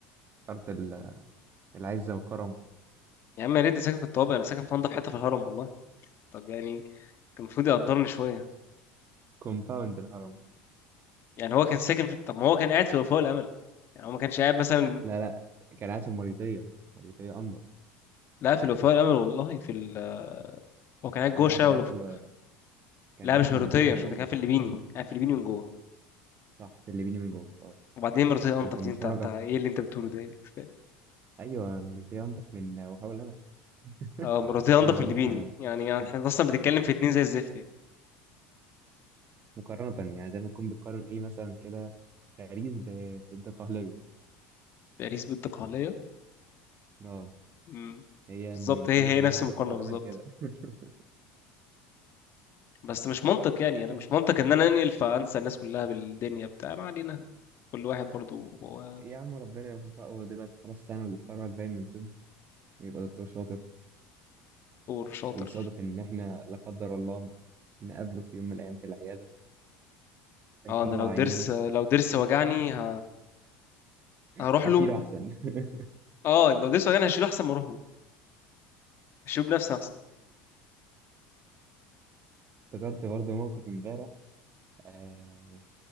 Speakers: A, on the right; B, on the left.
A: أرض ال- العزة والكرم
B: يا عم يا ريتني ساكن في الطوابق انا ساكن في انضف حته في الهرم والله طب يعني كان المفروض يقدرني شويه
A: كومباوند الهرم
B: يعني هو كان ساكن في... طب ما هو كان قاعد في الوفاء والامل يعني هو ما كانش قاعد مثلا
A: لا لا كان قاعد في موريتانيا موريتانيا أنضف
B: لا في الوفاء والامل والله في ال... هو كان قاعد
A: يا
B: جوه
A: جدع
B: الشارع
A: كان
B: والوفاء
A: قاعد في ال- كان
B: لا
A: قاعد
B: مش
A: في
B: مرتيه
A: موريتانيا
B: مش
A: من جوه
B: مرتيه كان في الليبيني قاعد في الليبيني من جوه
A: صح في الليبيني من جوه اه
B: وبعدين مرتيه
A: عشان
B: انضف
A: كنا
B: دي
A: متفرجة
B: انت انت ايه اللي انت بتقوله ده يعني مش فاهم
A: أيوة موريتانيا أنضف من وهاو الأمل <laughs>
B: اه مرتيه
A: دي
B: انضف
A: معلومة
B: من الليبيني يعني يعني احنا اصلا بنتكلم في اتنين زي الزفت يعني
A: مقارنة يعني زي ما تكون بتقارن إيه مثلا كده باريس ب- بالدقهلية
B: باريس بالدقهليه
A: اه
B: امم
A: هي
B: بالظبط
A: مؤيسية
B: هي هي
A: بالنسبة
B: نفس المقارنه
A: لوفاء والأمل
B: بالظبط
A: كده <laughs>
B: بس مش منطق يعني
A: فاكر
B: انا مش منطق ان انا انقل فانسى الناس كلها بالدنيا بتاع ما علينا كل واحد برضو هو
A: يا عم ربنا يوفقه هو دلوقتي خلاص سنة ويتخرج باين من طب ويبقى دكتور شاطر
B: دور شاطر
A: ويصادف إن إحنا لا قدر الله نقابله في يوم من الأيام في العيادة فيطلع
B: اه انا لو ضرس
A: عينينا
B: لو ضرس وجعني ه...
A: <laughs>
B: هروح
A: أشيله
B: له
A: أحسن <laughs>
B: اه لو ضرس وجعني هشيله احسن ما اروح له هشيله بنفسي احسن
A: افتكرت برضه موقف إمبارح آه